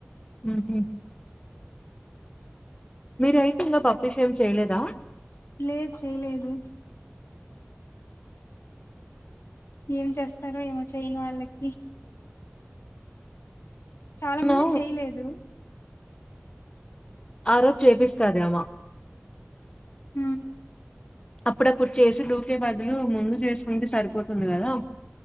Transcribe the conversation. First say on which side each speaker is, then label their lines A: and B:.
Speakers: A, on the left (about 25°); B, on the left (about 80°).
A: ఊహు మీరు అయితే ఇంగ పబ్లిష్ ఏం చేయలేదా
B: లేద్ చేయలేదు ఏం చేస్తారో ఏమో చేయని వాళ్ళకి చాలా మంది
A: నో
B: చేయలేదు
A: ఆ రోజు చేపిస్తాది ఆమ
B: హూ
A: అప్పుడే కూర్చీ ఏసి డూకే బదులు ముందు చేసుకుంటే సరిపోతుంది గదా